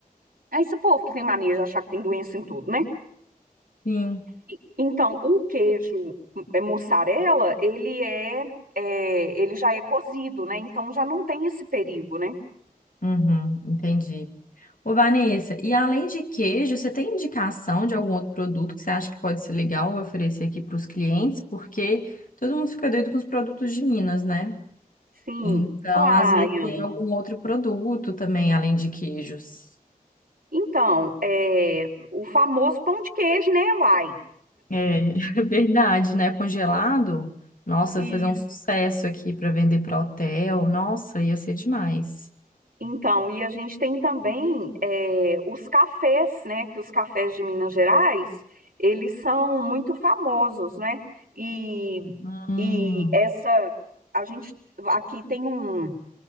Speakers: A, on the right; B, on the left.
A: É esse povo que tem mania de achar que tem doença em tudo, né?
B: Sim.
A: E- Então, o queijo é, mussarela, ele é, é, ele já é cozido, né? Então já não tem esse perigo, né?
B: Uhum, entendi. Ô, Vanessa, e além de queijo, você tem indicação de algum outro produto que você acha que pode ser legal oferecer aqui para os clientes? Porque todo mundo fica doido com os produtos de Minas, né?
A: Sim.
B: Então,
A: Olá,
B: às vezes
A: Ian.
B: tem algum outro produto também, além de queijos.
A: Então, é, o famoso pão de queijo, né, uai?
B: É, <laughs> é verdade, né? Congelado, nossa,
A: Isso.
B: vai fazer um sucesso aqui para vender para hotel. Nossa, ia ser demais.
A: Então, e a gente tem também eh, os cafés, né? Que os cafés de Minas Gerais, eles são muito famosos, né? E,
B: Hum,
A: e essa, a gente aqui tem um,